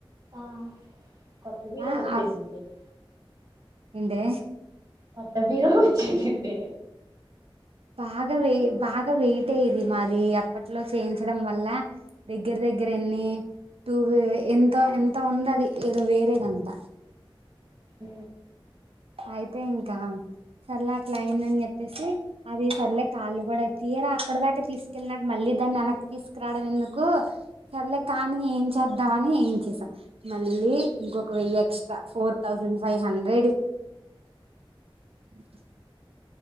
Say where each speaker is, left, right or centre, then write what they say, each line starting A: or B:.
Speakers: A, on the right; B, on the right.
A: ఆ కొత్త బీరువా
B: ఆ
A: వచ్చేసుంటుంది
B: ఆ ఏంటే
A: కొత్త బీరువా వచ్చేసిద్దే.
B: బాగా వే బాగా వెయిటే ఇదీ మాది అప్పట్లో చేయించడం వల్లా దగ్గర దగ్గర నీ టూ వే ఎంతో ఎంతో ఉంది అది ఏదో వేరేదంటా.
A: అ
B: అయితే ఇంకా సర్లే అట్లా అయిందని చెప్పేసీ అది సర్లే కాళ్ళు గూడా తీ తీరా అక్కడ దాకా తీసుకెళ్ళి నాక మళ్ళీ దాన్ని వెనక్కి తీసుకురావడం ఎందుకూ సర్లే కానీ ఏం చేద్ ద్దామనీ ఏఇంచేసాం మళ్ళీ ఇంకొక వెయ్యి extra four thousand five hundred. <inaudible>